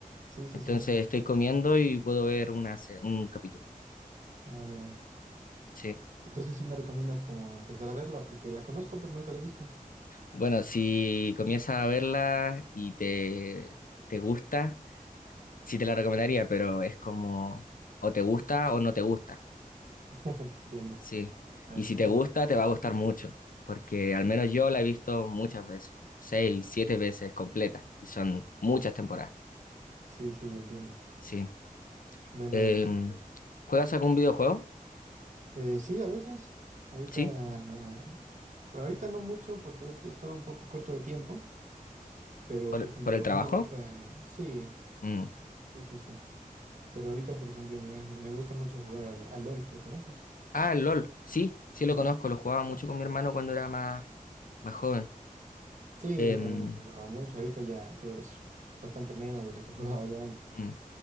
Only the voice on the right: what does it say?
Sí, sí,
sí.
Ah, mira.
Entonces sí me recomiendas como empezar a verla, porque la conozco, pero nunca la he visto.
Entiendo.
Ah,
Es
como,
sí, sí, entiendo.
Bueno,
es
Eh, sí, a veces. Ahorita,
pero ahorita no mucho porque he estado un poco corto de tiempo, pero
por ejemplo,
a mí me gusta, sí,
sí, sí, sí. Pero ahorita, por ejemplo, me, hace- me gusta mucho jugar al, al LOL, ¿lo conoces?
Sí.
Sí,
yo también lo jugaba mucho. Ahorita ya, te digo, es bastante menos de lo que <laughs> jugaba yo antes.